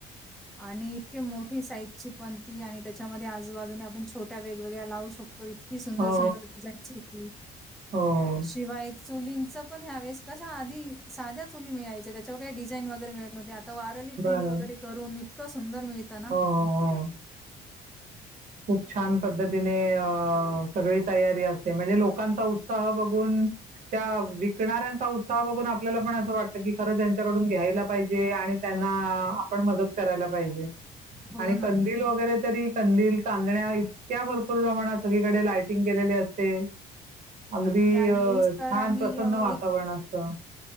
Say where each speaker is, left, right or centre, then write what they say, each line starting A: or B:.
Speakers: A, in the centre; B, on the right.
A: आणि इतके मोठी साईजची पण ती आणि त्याच्यामध्ये आजूबाजूने आपण छोट्या वेगवेगळ्या लावू शकतो तो इतकी सुंदर
B: हो,
A: सुंदर डिझाईन्स होती
B: हो, हो, हो. हो.
A: शिवाय चुलींचं पण ह्यावेळेस कश आध साध्या चुली मिळायच्या त्याच्यावर काही डिझाईन वगैरे मिळत नव्हते वारली प्रिंट
B: बरोबर.
A: वगैरे करून इतकं सुंदर मिळत ना
B: हो, हो, हो. खूप छान पद्धतीने अ सगळी तयारी असते म्हणजे लोकांचा उत्साह बघून त्या विकणाऱ्यांचा उत्साह बघून आपल्याला पण असं वाटतं की खरंच यांच्याकडून घ्यायला त्यांना आपण मदत करायला पाहिजे
A: हो
B: आणि
A: ना
B: कंद वगैरे तरी कंदील चांदण्या इतक्या भरपूर प्रमाणात सगळीकडे लायटिंग केलेली असते अगदी
A: यावेळेस तर
B: छान
A: आम्ही
B: प्रसन्न
A: अ,
B: वातावरण
A: एक
B: असत